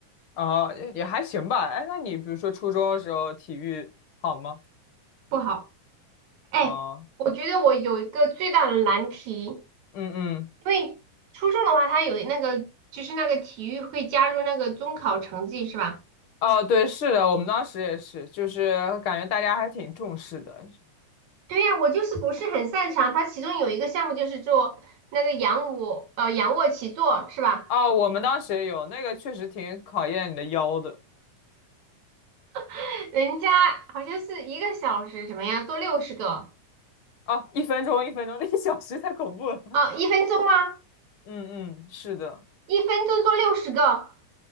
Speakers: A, on the left (about 55°); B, on the right (about 60°).
A: 哦，也也还行吧。哎，那你比如说初中的时候体育好吗？
B: 不好。哎，
A: 啊，
B: 我觉得我有一个最大的难题，因
A: 嗯嗯。
B: 为初中的话，它有那个就是那个体育会加入那个中考成绩是吧？
A: 哦，对，是的，我们当时也是，就是感觉大家还挺重视的，
B: 对呀，我就是不是很擅长。它其中有一个项目就是做那个仰卧，呃，仰卧起坐是吧？
A: 啊，我们当时也有那个，确实挺考验你的腰的。
B: <laughs> 人家好像是一个小时怎么样做六十个，
A: 啊，一分钟，一分钟，<laughs> 一小时太恐怖了。
B: 哦，一分钟吗？
A: 嗯嗯，是的。
B: 一分钟做六十个，